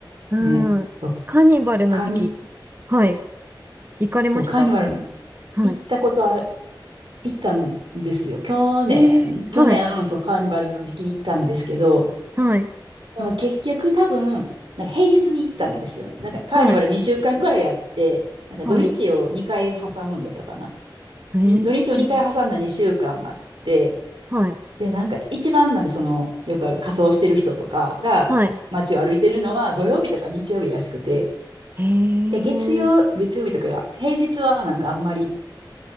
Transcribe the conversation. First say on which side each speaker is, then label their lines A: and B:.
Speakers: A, on the right; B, on the right.
A: うん。
B: あ、ね、そう、
A: カーニバルの時期、
B: カーニ、
A: はい。行かれました
B: そう、カーニバル
A: はい。
B: 行ったことあ行ったんですよ。去年、
A: ええはい、
B: 去年、そう、カーニバルの時期に行ったんですけど、
A: はい、
B: でも結局多分、なんか平日に行ったんですよ。なんかカーニバル2週間くらいやって、
A: はい、
B: なんか土日を2回挟むんだったかな。
A: はい。ええ
B: に土日を2回挟んだ2週間あって、
A: はい、
B: で、なんか一番なんかその、よくある仮装してる人とかが街を歩いてるのは土曜日とか日曜日らしくて、
A: はい。ええ
B: で、月曜、月曜日とかが、平日はなんかあんまり